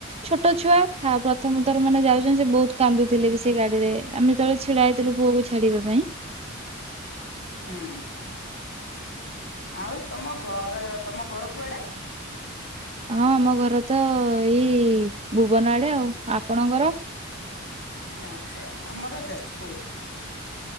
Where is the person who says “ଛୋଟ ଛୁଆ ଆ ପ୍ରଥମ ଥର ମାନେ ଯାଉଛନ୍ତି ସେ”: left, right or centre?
Right